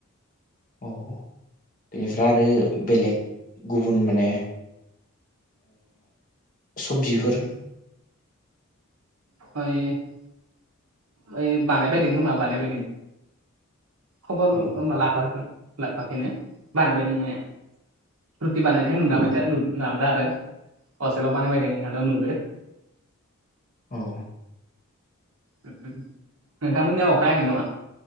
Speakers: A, on the left; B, on the right.
A: औ बेनिफ्राय आरो बेलेग गुबुन माने सबजिफोर
B: ह ओइ बानायबायदों होनोमा बानायबायदों खबर
A: औ
B: होमबा लाफाखोन लाबोफाखैनो बानायबायदों मया रुटि बानायनायाय
A: औ
B: नु ना आरो हस्टाव बानायबायदोंं होन नुदो
A: औ
B: नोंथांमोननियाव अखायाखै नामा